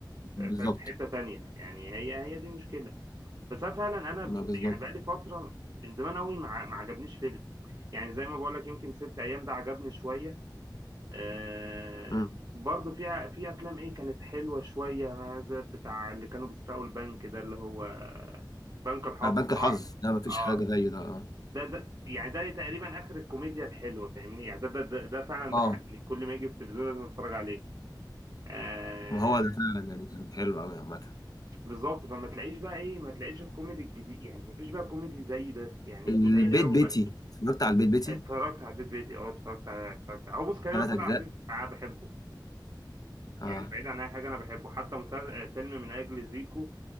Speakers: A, on the right (about 40°); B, on the left (about 50°).
A: في
B: بالظبط
A: في حته تانية يعني هي هي دي مشكله بس انا فعلا انا
B: ما
A: ب-
B: بالظبط
A: يعني بقالي فتره من زمان قوي ما ع- ما عجبنيش فيلم يعني زي ما بقول لك يمكن ست ايام ده عجبني شويه آه
B: مم.
A: برضه في في افلام ايه كانت حلوه شويه هذا بتاع اللي كانوا بيسرقوا البنك ده اللي هو بنك الحظ
B: آه، بنك
A: بتاع
B: الحظ ده ما فيش
A: اه
B: حاجه زيه ده اه
A: ده ده يعني ده تقريبا اخر الكوميديا الحلوه فاهمني يعني ده ده ده, ده فعلا
B: آه.
A: ضحكني كل ما يجي في التلفزيون لازم اتفرج عليه آه
B: ما هو ده فعلا يعني كان حلو قوي عامه
A: بالظبط فما تلاقيش بقى ايه ما تلاقيش الكوميدي الجديد يعني ما فيش بقى كوميدي زي ده يعني
B: البيت
A: قليل قوي
B: بيتي اتفرجت على البيت بيتي
A: اتفرجت على البيت بيتي اه اتفرجت على اتفرجت على- هو بص كريم
B: ثلاث
A: محمود
B: اجزاء
A: عبد العزيز انا بحبه
B: اه
A: يعني بعيد عن اي حاجه انا بحبه حتى مسلسل فيلم من اجل زيكو